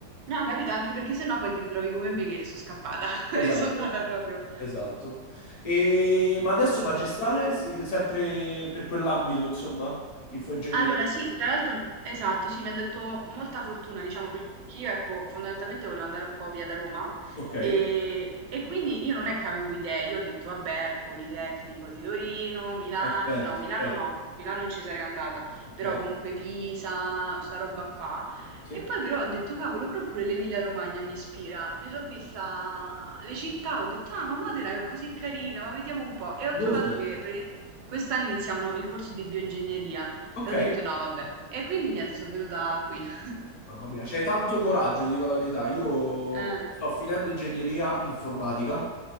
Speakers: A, on the right; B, on the left.
A: no, capito? Anche perché sennò poi ti ritrovi come me che sono scappata, <laughs>
B: Esatto,
A: mi sono andata proprio.
B: esatto. E... Ma adesso magistrale, se- sempre per quell'ambito, insomma, infoingegneria.
A: Allora sì, tra l'altro esatto, sì, mi ha detto molta fortuna, diciamo, perché io, ecco, fondamentalmente volevo andare un po' via da Roma
B: Ok, eh,
A: e, e quindi io non è che avevo idee, io ho detto, vabbè, Politecnico di Torino, Milano,
B: certo,
A: no, Milano
B: certo.
A: no, Milano non ci sarei andata,
B: Ok,
A: però comunque Pisa, sta roba qua.
B: sì.
A: E poi però ho detto, cavolo, proprio pure l'Emilia Romagna mi ispira. Mi sono vista le città, ho detto, ah, ma Modena è così carina, ma vediamo un po'. E ho
B: Molto
A: trovato
B: bene.
A: che praticamente quest'anno iniziavano il corso di bioingegneria.
B: Ok,
A: E ho detto no, vabbè. E quindi niente, sono venuta qui. <laughs>
B: mamma mia, c'hai tanto coraggio, ti dico la verità. Io
A: Eh,
B: sto finendo ingegneria informatica